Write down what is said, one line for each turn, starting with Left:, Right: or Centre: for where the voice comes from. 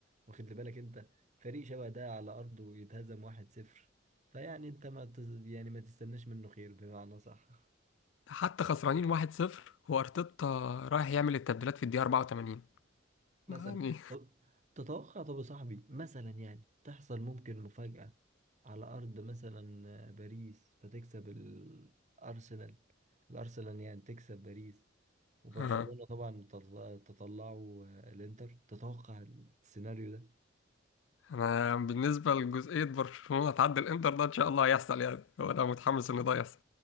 Right: واخد لي بالك انت فريق شبه ده على ارضه يتهزم 1-0 فيعني انت ما تز... يعني ما تستناش منه خير بمعنى صح
Left: حتى خسرانين 1-0 وأرتيتا رايح يعمل التبديلات في الدقيقة 84
Right: مثلا
Left: يعني
Right: طب تتوقع طب يا صاحبي مثلا يعني تحصل ممكن مفاجأة على أرض مثلا باريس فتكسب الأرسنال الأرسنال يعني تكسب باريس وبرشلونة
Left: <laughs>
Right: طبعا تطل- تطلعوا الإنتر تتوقع السيناريو ده
Left: انا بالنسبه لجزئيه برشلونه تعدي الانتر ده ان شاء الله هيحصل يعني هو انا متحمس ان ده يحصل